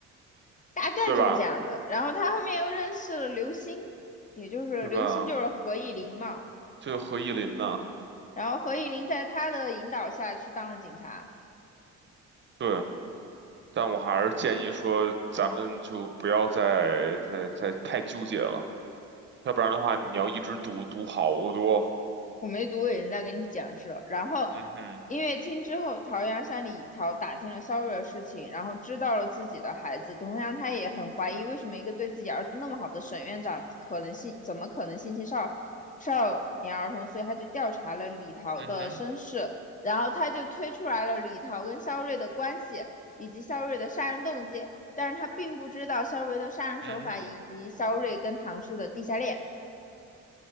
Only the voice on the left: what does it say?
大概就这样的。
然后他后面又认识了刘星，也就是刘星就是何以琳嘛。
然后何以琳在他的引导下去当了警察。
我没读，我已经在跟你讲是了。然后，
音乐厅之后，陶阳向李桃打听了肖扰的事情，然后知道了自己的孩子。同样，他也很怀疑为什么一个对自己儿子那么好的沈院长，可能性怎么可能性侵少少年儿童？所以他就调查了李桃的身世，
然后他就推出来了李桃跟肖瑞的关系，以及肖瑞的杀人动机。但是他并不知道肖瑞的杀人手法，
以及肖瑞跟唐氏的地下恋。